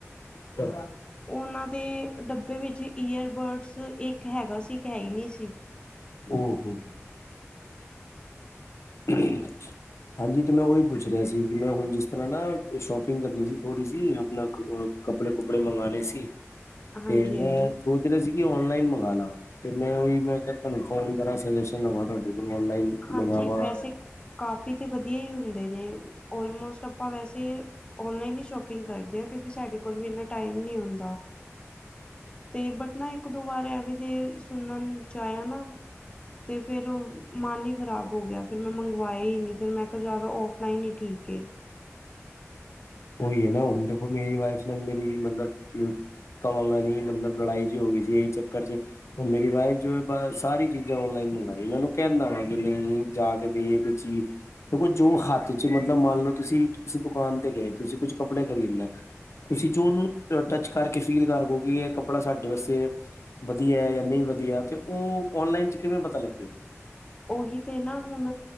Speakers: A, on the left; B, on the left.
A: <inaudible>
B: ਓਨਾਂ ਦੇ ਡੱਬੇ ਵਿੱਚ ਈਅਰਬਡਸ ਇੱਕ ਹੈਗਾ ਸੀ। ਇੱਕ ਹੈ ਈ ਨੀ ਸੀ
A: ਓ ਹੋ <unintelligible> ਹਾਂਜੀ ਤੇ ਮੈਂ ਓਈ ਪੁੱਛ ਰਿਆ ਸੀ ਕੀ ਮੈਂ ਹੁਣ ਜਿਸ ਤਰ੍ਹਾਂ ਨਾ ਸ਼ੋਪਿੰਗ ਕਰਨੀ ਸੀ ਥੋੜ੍ਹੀ ਸੀ ਆਪਣਾ ਕੱਪੜੇ-ਕੁੱਪੜੇ ਮੰਗਾਨੇ ਸੀ। ਤੇ
B: ਹਾਂਜੀ-ਹਾਂਜੀ
A: ਮੈਂ ਸੋਚ ਰਿਆ ਸੀ ਕੀ ਓਨਲਾਈਨ ਮੰਗਾਲਾ ਤੇ ਮੈਂ ਉਈ ਮੇ ਕਿਆ ਮੈਂ ਤਾਨੂੰ ਫੋਨ ਕਰਾ ਸਜੈਸ਼ਨ ਲਵਾਂ ਤੁਆਡੇ ਕੋਲ ਔਨਲਾਈਨ
B: ਹਾਂਜੀ
A: ਮੰਗਾਵਾ
B: ਵੈਸੇ ਕਾਫੀ ਤੇ ਵਦੀਆ ਈ ਹੁੰਦੇ ਨੇ ਓਲਮੋਸਟ ਆਪਾਂ ਵੈਸੇ ਓਨਲਾਈਨ ਈ ਸ਼ੋਪਿੰਗ ਕਰਦੇ ਆਂ। ਕਿਉਂਕਿ ਸਾਡੇ ਕੋਲ ਵੀ ਏਨਾ ਟਾਈਮ ਨੀ ਹੁੰਦਾ ਤੇ ਬਟ ਨਾ ਇੱਕ ਦੋ ਵਾਰ ਐਵੀ ਤੇ ਸੁਣਨ ਚ ਆਇਆ ਨਾ। ਤੇ ਫੇਰ ਓ। ਮਨ ਈ ਖ਼ਰਾਬ ਹੋ ਗਿਆ। ਫੇਰ ਮੈਂ ਮੰਗਵਾਏ ਈ ਨੀ। ਫੇਰ ਮੈਂ ਕਿਆ ਜਾਦਾ ਔਫਲਾਈਨ ਈ ਠੀਕ ਏ
A: ਓਈ ਏ ਨਾ ਹੁਣ ਦੇਖੋ ਮੇਰੀ ਵਾਈਫ ਨਾਲ ਮੇਰੀ ਮਤਲਬ ਕੀ ਕਵਾਂਗਾ ਨੀ ਮਤਲਬ ਲੜਾਈ ਜੀ ਹੋ ਗਈ ਸੀ ਏਈ ਚੱਕਰ ਚ ਹੁਣ ਮੇਰੀ ਵਾਈਫ ਜੋ ਸਾਰੀ ਚੀਜ਼ਾਂ ਔਨਲਾਈਨ ਮੰਗਾਂਦੀ, ਮੈਂ ਉਹਨੂੰ ਕਹਿੰਨਾ ਵਾ ਕਿ ਨੀ ਜਾ ਕੇ ਬਈਏ ਕੋ ਚੀਜ਼ ਦੇਖੋ ਜੋ ਹੱਥ 'ਚ ਮਤਲਬ ਮੰਨ ਲਓ ਤੁਸੀਂ ਕਿਸੇ ਦੁਕਾਨ ਤੇ ਗਏ, ਤੁਸੀਂ ਕੁੱਝ ਕੱਪੜੇ ਖਰੀਦਨਾ ਤੁਸੀਂ ਜੋ ਉਹਨੂੰ ਟੱਚ ਕਰਕੇ ਫੀਲ ਕਰੋ ਕਿ ਇਹ ਕੱਪੜਾ ਸਾਡੇ ਵਾਸਤੇ ਵਦੀਆ ਜਾਂ ਨਹੀਂ ਵਦੀਆ ਤੇ, ਉਹ ਔਨਲਾਈਨ ਚ ਕਿਵੇਂ ਪਤਾ ਲੱਗੇ
B: ਉਹੀ ਤੇ ਨਾ ਹੁਣ